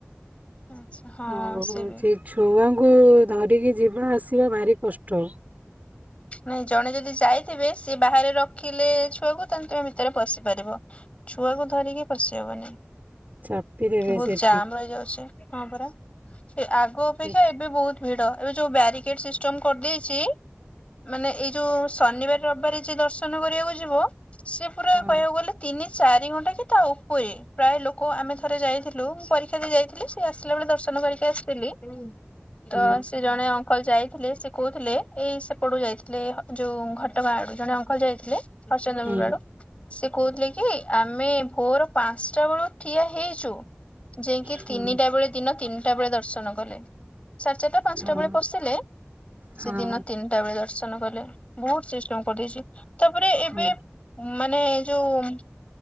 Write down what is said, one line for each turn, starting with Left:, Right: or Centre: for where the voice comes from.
Left: ଆଛା ହଁ
Right: ହଉ
Left: ସେ
Right: ହଉଛି
Left: ବି
Right: ଛୁଆଙ୍କୁ ଧରିକି ଯିବା ଆସିବା ଭାରି କଷ୍ଟ।
Left: ନାଇଁ ଜଣେ ଯଦି ଯାଇଥିବେ ସିଏ ବାହାରେ ରଖିଲେ ଛୁଆକୁ ତାହେଲେ ତୁମେ ଭିତରେ ପଶି ପାରିବ। ଛୁଆକୁ ଧରିକି ପଶିହବନି।
Right: ଚାପି ଦେବେ
Left: ବହୁତ
Right: ସେଠି
Left: ଜାମ ରହିଯାଉଛି ହଁ ପରା। ଆଗ ଅପେକ୍ଷା
Right: ହଁ
Left: ଏବେ ବହୁତ ଭିଡ ଏବେ ଯୋଉ ବ୍ୟାରିକେଡ ସିଷ୍ଟମ କରିଦେଇଛି। ମାନେ ଏଇ ଯୋଉ ଶନିବାର ରବିବାର ଯିଏ ଦର୍ଶନ କରିବାକୁ ଯିବ ସେ ପୁରା
Right: ହଁ।
Left: କହିବାକୁ ଗଲେ ତିନି ଚାରି ଘଣ୍ଟା କି ତା ଉପରେ ପ୍ରାୟ ଲୋକ ଆମେ ଥରେ ଯାଇଥିଲୁ ମୁଁ ପରୀକ୍ଷା ଦେଇ ଯାଇଥିଲି। ସେ ଆସିଲା ବେଳେ ଦର୍ଶନ କରିକି ଆସିଥିଲି।
Right: ହୁଁ
Left: ତ ସେ ଜଣେ ଅଙ୍କଲ ଯାଇଥିଲେ ସେ କହୁଥିଲେ ଏଇ ସେ ପଡୁ ଯାଇଥିଲେ ଯୋଉ ଘଟଗାଁ ଆଡୁ ଜଣେ ଅଙ୍କଲ ଯାଇଥିଲେ। <unintelligible>
Right: ହୁଁ
Left: ସେ କହୁଥିଲେ କି ଆମେ ଭୋର ପାଞ୍ଚଟା ବେଳୁ ଠିଆ ହେଇଛୁ। ଯାଇକି
Right: ହୁଁ
Left: ତିନିଟା ବେଳେ ଦିନ ତିନିଟା ବେଳେ ଦର୍ଶନ କଲେ। ସାଡ଼ ଚାରିଟା ପାଞ୍ଚଟା
Right: ହଁ
Left: ବେଳେ ପସିଲେ
Right: ହଁ
Left: ସେ ଦିନ ତିନି ଟାବେଳେ ଦର୍ଶନ କଲେ ବହୁତ ସିଷ୍ଟମ କରିଦେଇଛି ତାପରେ
Right: ହୁଁ
Left: ଏବେ ମାନେ ଯୋଉ